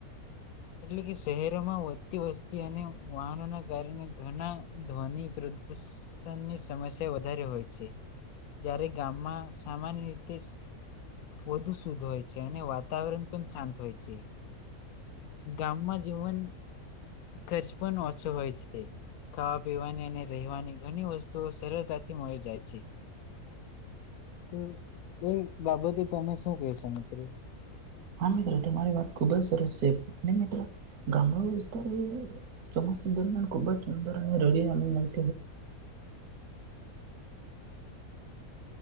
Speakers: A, on the left (about 75°); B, on the right (about 80°).
A: એટલે કે શહેરોમાં વધતી વસ્તી અને વાહનોના કારણે ઘણા ધ્વનિ પ્રદુષણની સમસ્યા વધારે હોય છે. જ્યારે ગામમાં સામાન્ય રીતે વધુ શુદ્ધ હોય છે અને વાતાવરણ પણ શાંત હોય છે ગામમાં જીવન ખર્ચ પણ ઓછો હોય છે ખાવા પીવાની અને રહેવાની ઘણી વસ્તુઓ સરળતાથી મળી જાય છે. તો એ બાબતે તમે શું કહેશો મિત્રો?
B: હા મિત્ર તમારી વાત ખુબ જ સરસ છે, મિત્રો ગામડા વિસ્તાર ચોમાસા દરમિયાન ખુબ જ સુંદર અને રડી ના લ હોય